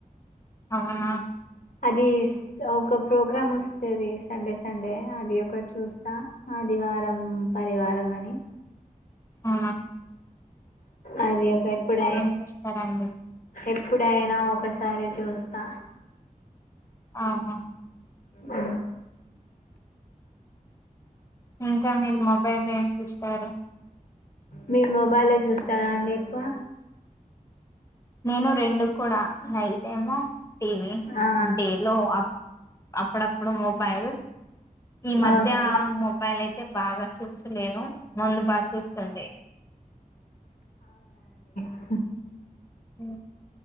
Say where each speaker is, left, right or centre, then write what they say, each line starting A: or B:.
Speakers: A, on the left (about 20°); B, on the left (about 65°).
A: అవునా
B: అది ఒక ప్రోగ్రామ్ వస్తుంది సండే సండే అది ఒకటి చూస్తా ఆదివారం పరివారం అని
A: అ
B: అది ఒక ఎప్పుడ
A: చూస్తారండి
B: ఎప్పు ఇప్పుడైనా ఒకసారి చూస్తా
A: ఆహా
B: ఆ
A: ఇంకా మీరు మొబైల్ ఏమ్స్ ఇస్తారు
B: మీరు మొబైల్లో చూస్తారా అండి ఎక్కువ
A: నేను రెండు కూడా నైట్ ఏమో టీవీ
B: ఆ,
A: డేలో అప్పుడప్పుడు మొబైల్ ఈ మధ్య
B: ఓకే
A: మొబైల్ అయితే బాగా చూస్తలేను ముందు బాగా చూస్తుండే
B: అఓ
A: అ